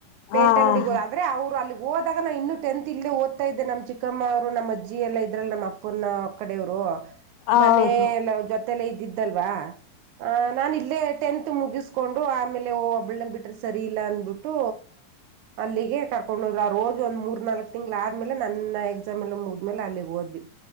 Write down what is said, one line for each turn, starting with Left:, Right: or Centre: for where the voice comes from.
Left: ಹಾ
Right: ಪೇಂಟ್ ಅಂಗಡಿಗೆ
Left: ಹಾ
Right: ಹೋದ ಆದ್ರೆ ಅವರು ಅಲ್ಲಿ. ಹೋದಾಗ ನಾ ಇನ್ನುೂ ಟೆಂತ್ ಇಲ್ಲ ಓದತ ಇದ್ದೆ ನಮ್ ಚಿಕ್ಕಮ್ಮರು ನಮ್ಮ ಅಜ್ಜಿ ಎಲ್ಲ ಇದ್ರಲ್ಲಿ ನಮ್ಮ ಅಪ್ಪನ ಕಡೆಯವ್ರು.
Left: ಹಾ
Right: ಮನಲ್ಲ
Left: ಹೌದು
Right: ಜೊತೆಲ್ಲ ಇದ್ದಿದ್ದಲ್ವಾ ಆ ನಾನ ಇಲ್ಲೇ ಟೆಂತ್. ಮುಗಿಸ್ಕೊಂಡು ಆಮೇಲೆ ಹೋಗ್. ಬಿಟ್ರೆ ಸರಿ ಇಲ್ಲಾ ಅಂದ್ಬಿಟ್ಟು ಅಲ್ಲಿಗೆ ಕರ್ಕೊಂಡ ಹೋದ್ ಆ ರೋಗಿ ಒಂದ ಮೂರ್ ನಾಲ್ಕ್ ತಿಂಗ್ಳ. ಆದ್ಮೇಲೆ ನನ್ನ ಎಕ್ಸಾಮ್ ಎಲ್ಲ ಮುಗದ್ಮೇಲೆ ಅಲ್ಲಿ ಓದ್ವಿ.